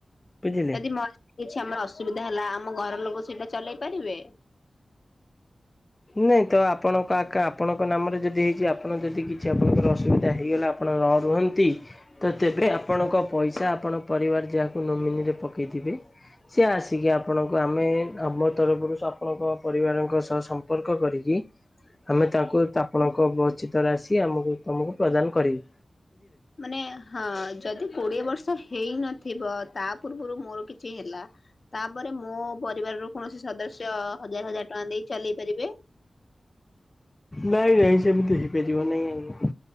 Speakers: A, on the left; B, on the left.
A: ବୁଝିଲେ?
B: ଯଦି ମର କିଛି ଆମର ଅସୁବିଧା ହେଲା ଆମ ଘର ଲୋକ ସେଇଟା ଚଲେଇ ପାରିବେ?
A: ନାଇଁ ତ ଆପଣଙ୍କ ଆକା ଆପଣଙ୍କ ନାମରେ ଯଦି ହେଇଚି। ଆପଣ ଯଦି କିଛି ଆପଣଙ୍କର ଅସୁବିଧା ହେଇଗଲା। ଆପଣ ନ ରୁହନ୍ତି ତ ତେବେ ଆପଣଙ୍କ ପଇସା ଆପଣ ପରିବାର ଯାହାକୁ ନୋମିନିରେ ପକେଇଥିବେ ସେ ଆସିକି ଆପଣଙ୍କୁ ଆମେ ଆମ ତରଫରୁ ସୋ ଆପଣଙ୍କ ପରିବାରଙ୍କ ସହ ସ ସମ୍ପର୍କ କରିକି ଆମେ ତାଙ୍କୁ ତା ଆପଣଙ୍କ ବଚିତ୍ର ଆସିି ଆମକୁ ତୁମକୁ ପ୍ରଦାନ କରିବି।
B: ମାନେ ହଁ ଯଦି କୋଡିଏ ବର୍ଷ ହେଇନଥିବ ତା ପୂର୍ବରୁ ମୋର କିଛି ହେଲା। ତାପରେ ମୋ ପରିବାର ର କୌଣସି ସଦସ୍ୟ ହଜାର ହଜାର ଟଙ୍କା ଦେଇ ଚଲେଇ ପାରିବେ।
A: ନାଇଁ ନାଇ ସେମିତି ହେଇପାରିବ ନାଇଁ ଆଜ୍ଞା।